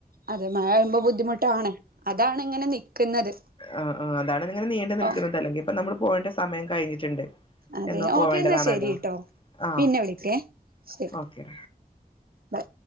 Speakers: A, on the right; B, on the left.
A: അതെ മഴ വഴുമ്പോ ബുദ്ധിമുട്ടാണ് അതാണ് ഇങ്ങനെ നിക്കുന്നത്.
B: ആഹ് ആഹ് അതാണ് ഇങ്ങനെ നീണ്ടു നിൽക്കുന്നത്
A: ഓ
B: അല്ലെങ്കിൽ ഇപ്പൊ നമ്മൾ പോയേന്റെ സമയം കഴിഞ്ഞിട്ടുണ്ട്
A: അതെ
B: എന്നോ പോവേണ്ടതാണല്ലോ
A: ഓക്കെ എന്നാ ശരിട്ടോ
B: ആഹ്
A: പിന്നെ
B: ഓക്കേ
A: വിളിക്കേ ശരി
B: ഓക്കേ
A: ബൈ